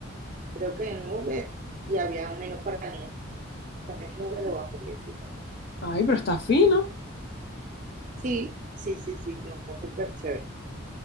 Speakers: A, on the right; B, on the left.
A: creo que nubes y había un menú para niños, también nubes o hamburguesitas.
B: Ay, pero está fino.
A: Sí, sí, sí, sí, no, está súper chévere.